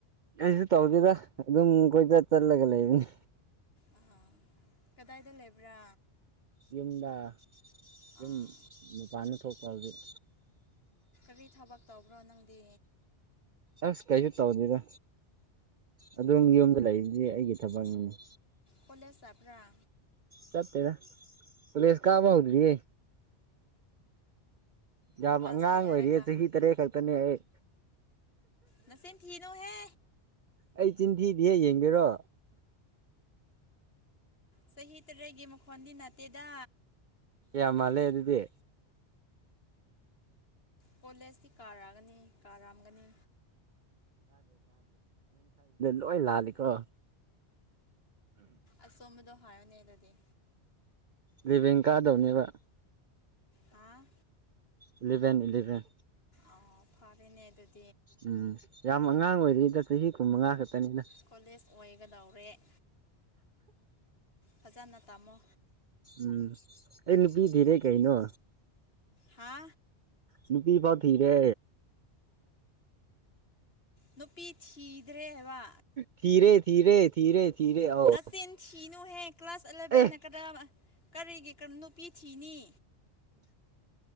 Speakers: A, on the right; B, on the left.
A: ꯑꯩꯁꯨ ꯇꯧꯗꯦꯗ ꯑꯗꯨꯝ ꯀꯣꯏꯆ ꯆꯠꯂꯒ ꯂꯩꯔꯤꯅꯤ
B: ꯑꯥ ꯀꯗꯥꯏꯗ ꯂꯩꯕ꯭ꯔꯥ
A: ꯌꯨꯝꯗ
B: ꯑꯥ
A: ꯌꯨꯝ ꯃꯄꯥꯟꯅ ꯊꯣꯛꯄ ꯍꯧꯖꯤꯛ
B: ꯀꯔꯤ ꯊꯕꯛ ꯇꯧꯕ꯭ꯔꯣ ꯅꯪꯗꯤ
A: ꯑꯁ ꯀꯩꯁꯨ ꯇ ꯑꯣꯗꯗ ꯑꯗꯨꯝ ꯌꯨꯝꯗ ꯂꯩꯗꯤ ꯑꯩꯒꯤ ꯊꯕꯛꯅꯤꯅꯤ
B: ꯀꯣꯂꯦꯖꯕ꯭ꯔ
A: ꯆꯠꯇꯦꯗ ꯀꯨꯂꯦꯁ ꯀꯕ ꯍꯧꯗ꯭ꯔꯤ ꯌꯥꯝ
B: ꯀ꯭ꯂꯥꯁ
A: ꯑꯉꯥꯡ
B: ꯀꯌꯥꯗ
A: ꯑꯣꯏꯔꯤꯌꯦ
B: ꯀꯥ
A: ꯆꯍꯤ ꯇꯔꯦꯠ ꯈꯛꯇꯅꯦ ꯑꯩ
B: ꯅꯁꯤ ꯊꯅꯣ ꯍꯦ
A: ꯑꯩ ꯆꯤꯟꯊꯤꯗꯤ ꯍꯦꯛ ꯌꯦꯡꯒꯦꯔꯣ
B: ꯆꯍꯤ ꯇꯔꯦꯒꯤ ꯃꯈꯣꯟꯗꯤ ꯅꯠꯇꯦꯗ
A: ꯑꯦ ꯃꯂꯦ ꯑꯗꯨꯗꯤ
B: ꯀꯣꯂꯦꯖꯇꯤ ꯀꯥꯔꯛꯑꯒꯅꯤ ꯀꯥꯔꯥꯝꯒꯅꯤ
A: ꯂ ꯂ ꯂꯤ ꯀꯣ
B: ꯑꯁꯣꯃꯗ ꯍꯥꯏꯅꯦ ꯑꯗꯨꯗꯤ
A: ꯂꯤꯚꯦꯡ ꯀꯥꯗꯧꯅꯦꯕ
B: ꯑ
A: ꯏꯂꯚꯦꯟ ꯏꯂꯤꯚꯦꯟ
B: ꯑꯣ ꯐꯔꯦꯅꯦ ꯑꯗꯨꯗꯤ
A: ꯎꯝ ꯌꯥꯝ ꯑꯉꯥꯡ ꯑꯣꯏꯔꯤꯗ ꯆꯍꯤ ꯀꯨꯟꯃꯉꯥ ꯈꯛꯇꯅꯤꯅ
B: ꯀꯣꯂꯦꯖ ꯑꯣꯏꯒꯗꯧꯔꯦ ꯐꯖꯅ ꯇꯝꯃꯣ
A: ꯎꯝ ꯑꯦ ꯅꯨꯄꯤ ꯊꯙꯔꯩ ꯀꯩꯩꯅꯣ
B: ꯍꯥ
A: ꯅꯨꯄꯤ ꯐꯥꯎ ꯊꯔꯦ
B: ꯅꯨꯄꯤꯤ ꯊꯤꯗ꯭ꯔꯦ ꯋꯥ
A: ꯊꯤꯔꯦ ꯊꯤꯔꯦ ꯊꯤꯔꯦ ꯊꯤꯔꯦ ꯑꯧ
B: ꯅꯆꯤꯟ ꯊꯤꯅꯨꯍꯦ ꯀ꯭ꯂꯥꯁ ꯑꯦꯂꯚꯦꯟꯅ
A: ꯑꯦ
B: ꯀꯗꯥ ꯀꯔꯤꯒꯤ ꯀ ꯅꯨꯄꯤ ꯊꯤꯅꯤ